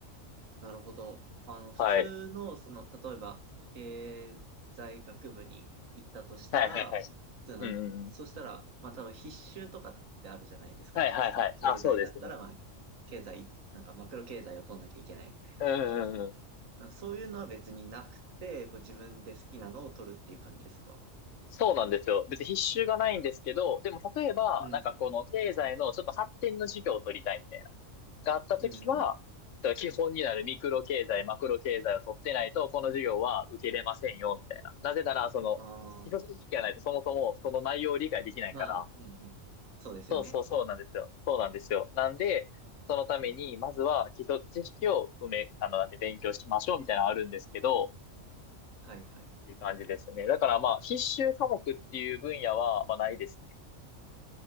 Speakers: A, on the right (about 80°); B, on the left (about 70°).
A: なるほど。あの、普通の、
B: はい。
A: その、例えば、経済学部に行ったとしたら、
B: はいはいはい。
A: その、
B: うんうんうん。
A: そしたら、まあ多分必修とかってあるじゃないですか。
B: はいはいはい。
A: その、経済だったら、
B: あ、そうですね。
A: まあ、経済、なんかマクロ経済を取んなきゃいけないみたい
B: うんうんうん。
A: な。そういうのは別になくて、こう自分で好きなのを取るっていう感じですか
B: そうなんですよ。別に必修がないんですけど、でも例えば、
A: うん。
B: なんかこの経済のちょっと発展の授業を取りたいみたいな。があったときは、
A: うんうん。
B: 基本になるミクロ経済、マクロ経済を取ってないと、この授業は受けれませんよ、みたいな。なぜなら、その、
A: ああ、
B: 基礎知識がないと、そもそもその内容を理解できないから、
A: まあ、うんうん。そうですよね。
B: そうそうそうなんですよ。そうなんですよ。なんで、そのために、まずは基礎知識を埋め、あの、なんで勉強しましょうみたいなのあるんですけど、っ
A: はいはい。
B: ていう感じですね。だからまあ、必修科目っていう分野は、まあないですね。